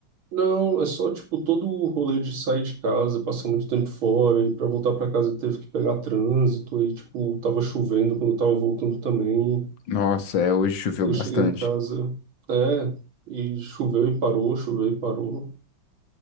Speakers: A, on the right; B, on the left.
A: Não, é só tipo todo o rolê de sair de casa, passar muito tempo fora, e pra voltar pra casa teve que pegar trânsito, aí tipo tava chovendo quando eu tava voltando também.
B: Nossa, é, hoje choveu
A: Eu
B: bastante.
A: cheguei em casa, é, e choveu e parou, choveu e parou.